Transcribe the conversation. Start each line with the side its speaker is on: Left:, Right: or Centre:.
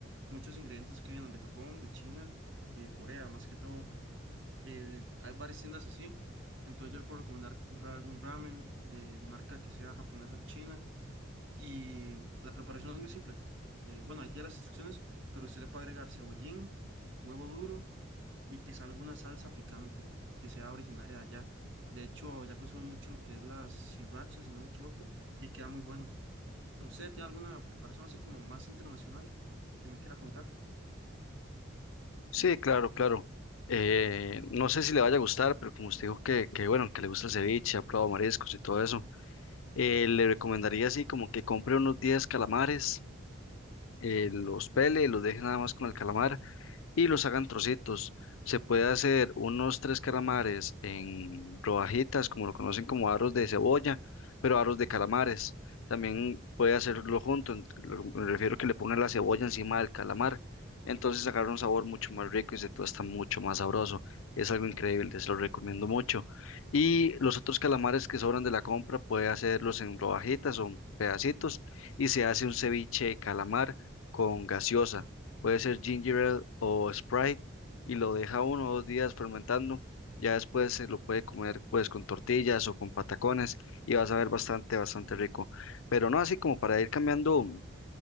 Right: muchos ingredientes que vienen de Japón, de China y de Corea, más que todo. Eh, hay varias tiendas así. Entonces yo le puedo recomendar comprar algún ramen de marca que sea japonesa o china y la preparación es muy simple. Eh, bueno, ahí tiene las instrucciones, pero usted le puede agregar cebollín, huevo duro y quizá alguna salsa picante que sea originaria de allá. De hecho, ya consumo mucho lo que es la sriracha, si no me equivoco, y queda muy bueno. ¿Usted tiene alguna preparación así como más internacional que me quiera contar?
Left: Sí, claro, claro. Eh, no sé si le vaya a gustar, pero como usted dijo que, que bueno, que le gusta el ceviche, ha probado mariscos y todo eso. Eh, le recomendaría así como que compre unos 10 calamares, eh, los pele, los deje nada más con el calamar y los hagan trocitos. Se puede hacer unos tres calamares en rodajitas, como lo conocen como aros de cebolla, pero aros de calamares. También puede hacerlo junto, ent- lo- me refiero que le pongan la cebolla encima del calamar. Entonces agarra un sabor mucho más rico y se está mucho más sabroso. Es algo increíble, se lo recomiendo mucho. Y los otros calamares que sobran de la compra puede hacerlos en rodajitas o en pedacitos y se hace un ceviche de calamar con gaseosa puede ser ginger ale o Sprite, y lo deja uno o dos días fermentando. Ya después se lo puede comer pues con tortillas o con patacones y vas a ver bastante, bastante rico. Pero no así como para ir cambiando un